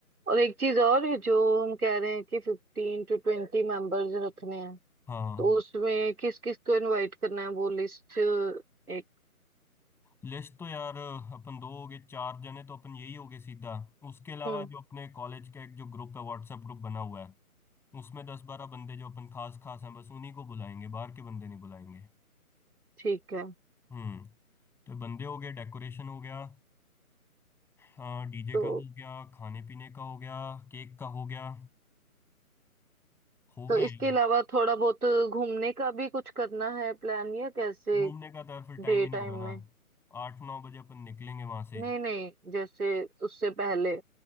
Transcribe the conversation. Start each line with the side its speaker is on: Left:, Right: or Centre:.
Right: और एक चीज और है जो हम कह रहे हैं कि फिफ्टीन टू ट्वेंटी मेंबर्स रखने हैं
Centre: हाँ
Right: तो उसमें किस किस को इनवाइट करना है वो लिस्ट एक
Centre: लिस्ट तो यार अपन दो हो गए चार जने तो अपन यही हो गए सीधा उसके अलावा
Right: हम्म
Centre: जो अपने कॉलेज का एक जो ग्रुप है व्हाट्सएप ग्रुप बना हुआ है उसमें दस बारह बंदे जो अपन खास खास हैं बस उन्हीं को बुलाएंगे बाहर के बंदे नहीं बुलाएंगे
Right: ठीक है
Centre: हम्म तो बंदे हो गए डेकोरेशन हो गया हाँ डीजे
Right: तो
Centre: का हो गया खाने पीने का हो गया केक का हो गया हो
Right: तो
Centre: गए
Right: इसके
Centre: हैं।
Right: अलावा थोड़ा बहुत घूमने का भी कुछ करना है प्लान या कैसे
Centre: घूमने का तो यार फिर
Right: डे
Centre: टाइम ही नहीं
Right: टाइम
Centre: होगा ना
Right: में
Centre: आठ नौ बजे अपन निकलेंगे वहां से
Right: नहीं नहीं जैसे उससे पहले